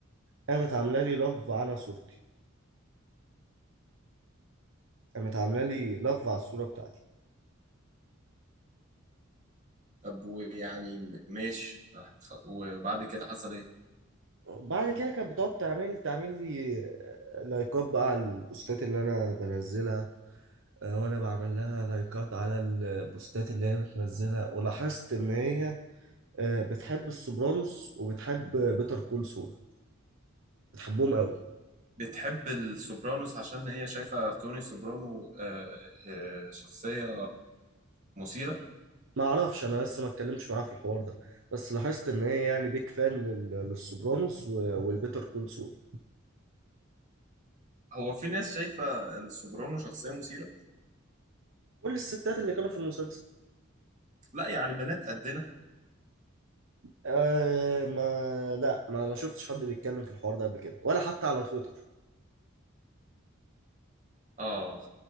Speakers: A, on the right; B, on the right.
A: قامت عامله لي لاف على صورتي قامت عامله لي لاف على الصوره بتاعتي
B: طب ويعني م- ماشي آه، خ- وبعد كده حصل ايه؟
A: بعد كده كانت بتقعد تعمل تعمل لي لايكات بقى على البوستات اللي انا بنزلها آه، وانا بعمل لها لايكات على البوستات اللي هي بتنزلها ولاحظت ان هي آه، بتحب السوبرانوس وبتحب بيتر كول سول بتحبهم قوي
B: بتحب السوبرانوس عشان هي شايفة توني سوبرانو آه، آه، شخصية مثيرة
A: ما اعرفش انا لسه ما اتكلمتش معاها في الحوار ده بس لاحظت ان هي يعني بيك فان لل- للسوبرانوس و- والبيتر كول سول
B: هو في ناس شايفة السوبرانو شخصية مثيرة
A: كل الستات اللي كانوا في المسلسل
B: لا يعني بنات قدنا
A: أه ما لا ما ما شفتش حد بيتكلم في الحوار ده قبل كده ولا حتى على تويتر
B: اه